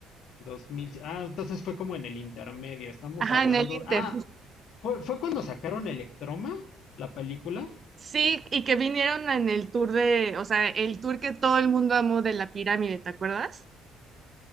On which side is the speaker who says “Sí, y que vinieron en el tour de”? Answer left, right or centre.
Right